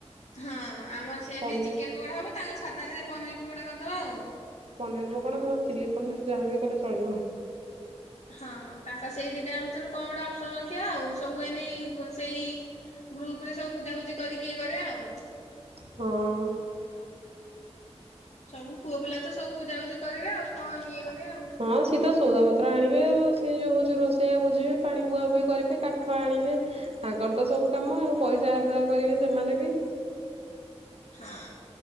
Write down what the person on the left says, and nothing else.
ହଁ ଆମର ସେ
ନେଇ ଚିକେନ୍ ପକୋଡା ହବ ତାଙ୍କ ସାଧାରେ ପନିର ପକୋଡା କରିଦବା ଆଉ।
ହଁ ତାଙ୍କ ସେଇ ଦିଟାଙ୍କ ଭିତରୁ କଣ ଗୋଟେ ଅପସନ ରଖିବା ଆଉ ସବୁ ଏନ ସେଇ ଗ୍ରୁପ ରେ ସବୁ ବୁଝାବୁଝି କରିକି କରିବା ଆଉ।
ସବୁ ପୁଅ ପିଲା ତ ସବୁ ବୁଝାବୁଝି କରିବେ ଆଉ କଣ ଇଏ କରିବେ ଆଉ।
ହଁ।